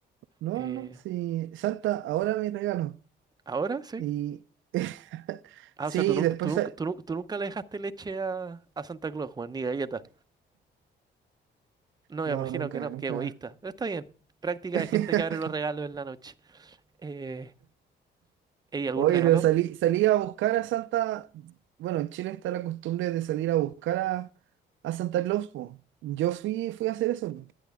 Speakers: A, on the right; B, on the right.
A: No,
B: Eh,
A: no, sí. Santa, ahora mi regalo.
B: ahora sí.
A: Y <laughs>
B: Ah,
A: sí,
B: o sea, tú nunca,
A: después...
B: tú nunca,
A: se-
B: tú nunca, tú nunca le dejaste leche a, a Santa Claus, Juan, ni galletas. No, me
A: No,
B: imagino
A: nunca,
B: que no,
A: nunca.
B: qué egoísta. Pero está bien. Práctica
A: <laughs>
B: de gente que abre los regalos en la noche. Eh, ¿y algún
A: Oye,
B: regalo?
A: pero salí, salí a buscar a Santa. Bueno, en Chile está la costumbre de salir a buscar a, a Santa Claus, po. Yo fui, fui a hacer eso. po.